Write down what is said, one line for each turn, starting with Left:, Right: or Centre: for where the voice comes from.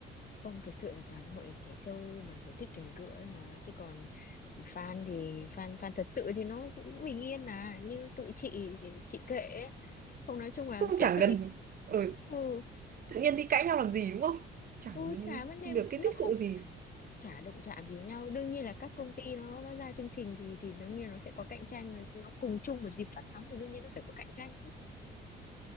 Left: không thực sự là toàn hội trẻ trâu mà kiểu thích cành cựa ấy mà chứ còn fan thì fan fan thật sự thì nó cũng bình yên à như tụi chị thì chị kệ ấy. không nói chung là
Right: cũng
Left: kiểu
Right: chẳng
Left: cứ thích
Right: cần ở
Left: ừ
Right: tự nhiên đi cãi nhau làm gì đúng không chẳng
Left: ừ chả vấn đề
Right: được cái
Left: nó
Right: tích
Left: không
Right: sự gì
Left: chả động chạm gì nhau đương nhiên là các công ty nó nó ra chương trình thì thì đương nhiên nó sẽ có cạnh tranh là nó cùng chung một dịp phát sóng thì đương nhiên nó phải có cạnh tranh chứ